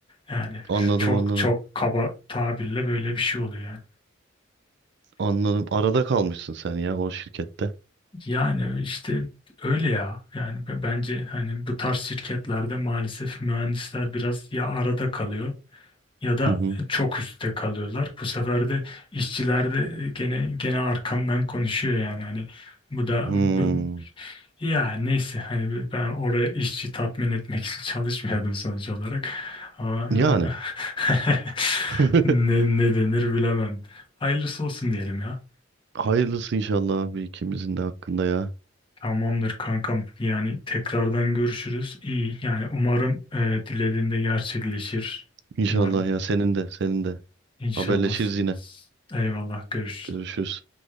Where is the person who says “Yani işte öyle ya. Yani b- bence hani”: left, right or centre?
Left